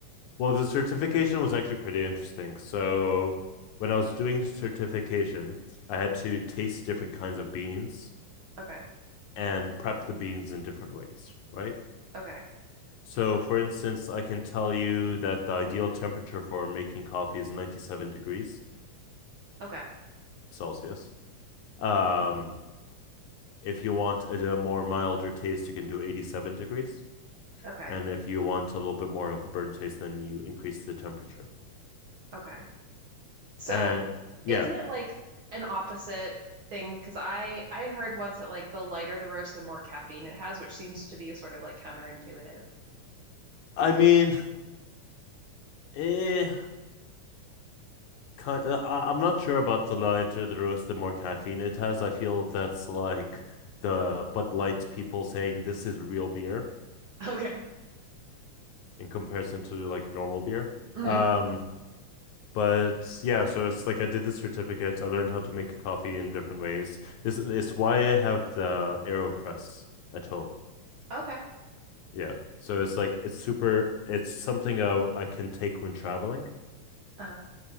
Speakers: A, on the left; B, on the right.
A: Well, the certification was actually pretty interesting. So when I was doing the certification, I had to taste different kinds of beans
B: Okay.
A: and prep the beans in different ways, right?
B: Okay.
A: So, for instance, I can tell you that the ideal temperature for making coffee is 97 degrees
B: Okay.
A: Celsius. Um, if you want a, a more milder taste, you can do 87 degrees.
B: Okay.
A: And if you want a little bit more of a burnt taste, then you increase the temperature.
B: Okay. So,
A: And yeah,
B: isn't it like an opposite thing? Because I I heard once that like the lighter the roast, the more caffeine it has, which seems to be sort of like counterintuitive.
A: I mean, eh, kind I, I'm not sure about the lighter the roast, the more caffeine it has. I feel that's like the Bud Light people saying this is real beer
B: Okay.
A: in comparison to like normal beer.
B: Mm,
A: Um, but yeah so it's like i did the certificate i learned how to make coffee in different ways this it's why i have the aeropress at home
B: okay.
A: yeah so it's like it's super it's something i, I can take when traveling
B: Uh,